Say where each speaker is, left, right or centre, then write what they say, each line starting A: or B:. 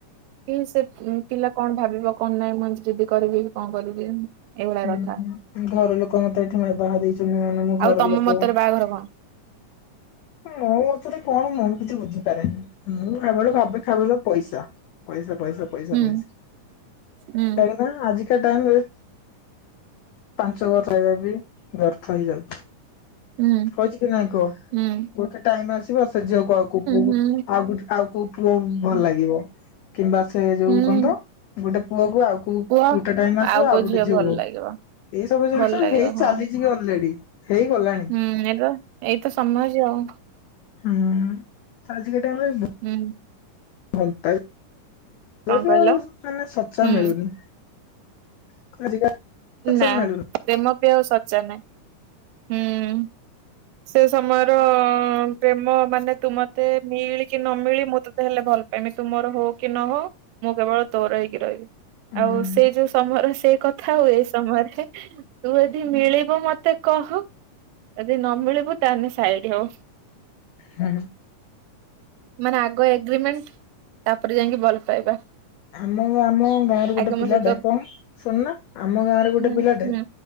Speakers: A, on the right; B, on the left.
A: କି ସେ ପିଲା କଣ ଭାବିବ କଣ ନାଇଁ, ମୁଁ ଯିଦି କରିବି, କି କଣ କରିବି? ଏଇଭଳିଆ
B: ହୁଁ
A: କଥା।
B: ହୁଁ ଘର ଲୋକ ମତେ ଏଠି ବିଭାହ ଦେଇଛନ୍ତି ମାନେ, ମୋ ଘର
A: ଆଉ ତମ
B: ଲୋକ
A: ମତରେ ବାହାଘର କଣ?
B: ମୋ ମତରେ କଣ ମୁଁ କିଛି ବୁଝିପାରେନି, ମୁଁ କେବଳ ଭାବେ ଖାଲିର ପଇସା। ପଇସା, ପଇସା, ପଇସା,
A: ହୁଁ
B: ପଇସା
A: ହୁଁ
B: ବେଳେବେଳେ ଆଜିିକା ବେଳେ ବେଳେ ପାଞ୍ଚ ବର୍ଷ ହେଲେବି ବ୍ୟର୍ଥ ହେଇଯାଉଛି।
A: ହୁଁ
B: କହିଛି କି ନାଇଁ କୁହ,
A: ହୁଁ
B: ଗୋଟେ ଟାଇମ ଆସିବ ସେ ଝିଅକୁ ଆଉ କୋଉ ପୁଅକୁ
A: ହୁଁ
B: ଆଉ ଗୋଟେ, ଆଉ କୋଉ ପୁଅ ଭଲ
A: ହୁଁ
B: ଲାଗିବ, କିମ୍ବା ସେ ଯୋଉ
A: ହୁଁ।
B: କଣ ତ, ଗୋଟେ ପୁଅକୁ ଆଉ କୋଉ
A: କୁହ
B: ଖୁଣ୍ଟା ଟାଇମ ଆସିବ
A: କୋଉ
B: ଆଉ ଗୋଟେ
A: ଝିଅ
B: ଝିଓ,
A: ଭଲ ଲାଗିବ
B: ଏଇ ସବୁ ଜିନିଷ
A: ଭଲ ଲାଗିବ
B: ହେଇ
A: ହଁ
B: ଚାଲିଚିବି ଅଲରେଡି। ହେଇଗଲାଣି।
A: ହୁଁ ଏଇ ପା ଏଇତ ସମାଜ ଆଉ।
B: ହୁଁ ଆଜିିକଟା <inaudible>
A: ହୁଁ।
B: ଭଲପାଇ, ସେ
A: କଣ
B: ବି
A: କହିଲ
B: ଆଉ ମାନେ ଶଚା
A: ହୁଁ
B: ମିଳୁନି। <inaudible> ସଚା
A: ନା
B: ମିଳୁନି
A: ପ୍ରେମ ବି ଆଉ ସଚା ନାହି, ହୁଁ ସେ ସମୟରେ <unintelligible> ପ୍ରେମ ମାନେ ତୁ ମତେ ମିଳି କି ନ ମିଳି ମୁଁ ତତେ ହେଲେ ଭଲ ପାଇମି। ତୁମୋର ହୋ କି ନ ହୋ ମୁଁ କେବଳ ତୋର ହେଇକି ରହିବି।
B: ହୁଁ
A: ଆଉ ସେ ଯୋଉ ସମୟର ସେଇ କଥା, ଆଉ ଏ ତମରେ, ତୁ ଯଦି ମିଳିବ ମତେ କହ? ଯଦି ନ ମିଳିବୁ, ତାହେଲେ ସାଇଡ ହୋ।
B: ହୁଁ।
A: ମାନେ ଆଗ ଏଗ୍ରିମେଣ୍ଟ, ତାପରେ ଯାଇକି ଭଲ ପାଇବା।
B: ଆମ, ଆମ ଗାଁରୁ ଗୋଟେ
A: ଆଗେ
B: ପିଲାଟେ,
A: ମୋ ସହିତ
B: କଣ ଶୁଣୁନ ଆମ ଗାଁରୁ ଗୋଟେ
A: ହୁଁ
B: ପିଲାଟେ
A: ହୁଁ